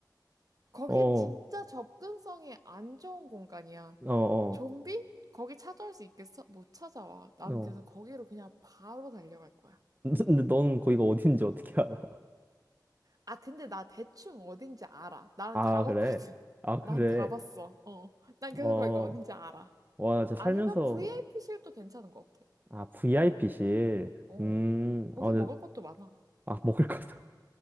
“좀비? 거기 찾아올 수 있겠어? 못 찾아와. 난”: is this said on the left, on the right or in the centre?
Right